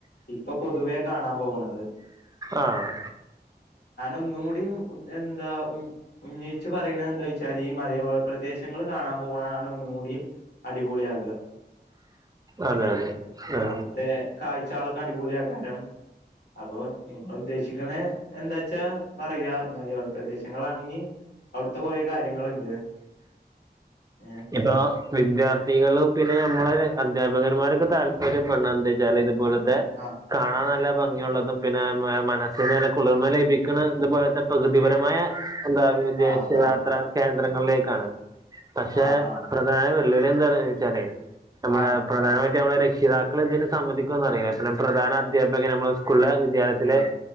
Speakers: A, on the left (about 80°); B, on the right (about 20°).
A: ഇപ്പൊ പൊതുവേ കാണാൻ പോകുന്നത്
B: ആഹ്
A: ഒന്നും കൂടി എന്താ ഉന്നയിച്ചു പറയണ എന്താ വെച്ചാൽ ഈ മലയോള പ്രദേശങ്ങൾ കാണാൻ പോകണാണ് ഒന്നുകൂടിയും അടിപൊളിയാകുക
B: അതെ
A: ഏ
B: അതെ ആ
A: അവിടുത്തെ കാഴ്ചകളൊക്കെ അടിപൊളി ആക്കാരം അപ്പൊ നിങ്ങ ഉദ്ദേശിക്കണ എന്താച്ച പറയാ മലയോര പ്രദേശങ്ങളാണെങ്കിൽ അവിടുത്തെ കുറേ കാര്യ കാര്യങ്ങളുണ്ട് ഏ
B: എപ്പ വിദ്യാർത്ഥികളും പിന്നെ നമ്മള അധ്യാപകന്മാരൊക്കെ താല്പര്യംപ്പെട എന്താ വെച്ചാൽ ഇതുപോലെ
A: ആ
B: കാണാൻ നല്ല ഭംഗിയുള്ളതും പിന്നെ മനസ്സിനല്ലെ കുളിർമ ലഭിക്കുന്ന ഇതുപോലത്തെ പ്രകൃതിപരമായ- എന്താ വിദേശയാത്ര
A: ആ ആ
B: കേന്ദ്രങ്ങളിലേക്കാണ് പക്ഷെ
A: ആ ആ
B: പ്രധാന- നമ്മള
A: ആ
B: പ്രധാനമായിട്ട്
A: പറ
B: നമ്മള് രക്ഷിതാക്കൾ ഇതിന് സമ്മതിക്കുവോന്ന്- പ്രധാന അധ്യാപക നമ്മൾ സ്കൂള വിദ്യാലയത്തില്
A: അങ്ങനെ